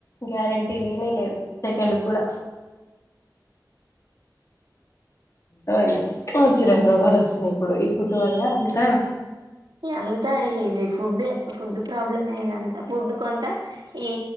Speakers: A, on the left (about 40°); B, on the right (about 80°).
A: గ్యారెంటీ లేనే లేదు సెకండ్ గూడ ఏమైంది రెండు రోగాలు వస్తున్నాయి ఇప్పుడు ఫుడ్ వల్ల అంత
B: అంతా ఇది ఫుడ్ డే ప్రాబ్లమే ఇదంతా ఫుడ్ కొంత ఈ